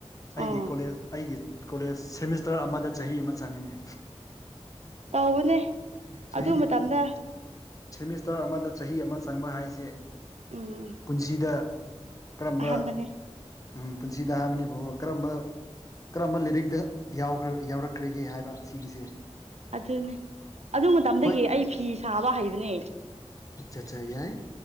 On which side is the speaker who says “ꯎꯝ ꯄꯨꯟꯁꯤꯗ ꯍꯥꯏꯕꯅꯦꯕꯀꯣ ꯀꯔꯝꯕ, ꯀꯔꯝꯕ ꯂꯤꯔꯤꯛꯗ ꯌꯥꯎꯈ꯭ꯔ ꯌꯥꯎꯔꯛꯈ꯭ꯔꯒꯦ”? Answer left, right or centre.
Left